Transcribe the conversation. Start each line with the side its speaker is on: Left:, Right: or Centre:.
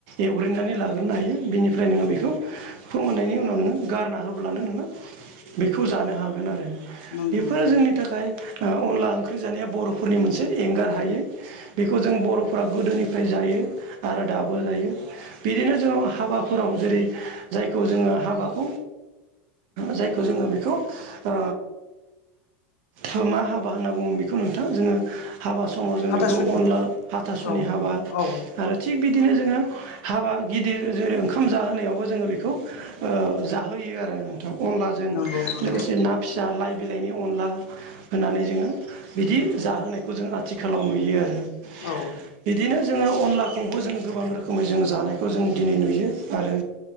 Right: एवग्रोननानै लाग्रोनो हायो बेनिफ्राय नोङो बेखौ फोंमोननायनि उनाव नोङो गारना ह होब्लानो नोङो बेखौ जानो हागोन आरो
Left: नंगौ
Right: बेफोरो
Left: नंगौ
Right: जोंनि थाखाय ओ अनला ओंख्रि जानाया बर'फोरनि मोनसे एंगार हायै बेखौ जों बर'फ्रा गोदोनिफाय जायो आरो दाबो जायो बिदिनो जोङो हाबाफोराव जेरै जायखौ जोङो हाबाखौ जायखौ जोङो बेखौ ओ जों मा हाबा होनना बुङो बेखौ नोंथां जोङो हाबा समाव जों
Left: हाथासुनि
Right: बेखौ अनला हाथासुनि
Left: औ
Right: हाबा
Left: औ
Right: आरो थिग बिदिनो जोङो हाबा गिदिर जेरै ओंखाम जाहोनायावबो जोङो बेखौ जाहोयो हैयो आरो नोंथां अनलाजों
Left: नंगौ नंगौ
Right: लोगोसे ना फिसा लाइ बिलाइनि अनला होननानै जोङो बिदि जाहोनायखौ जों आथिखालाव नुयो आरो हो
Left: औ
Right: बिदिनो जोङो अनलाखौबो जोङो गोबां रोखोमै जोङो जानायखौ जों दिनै नुयो आरो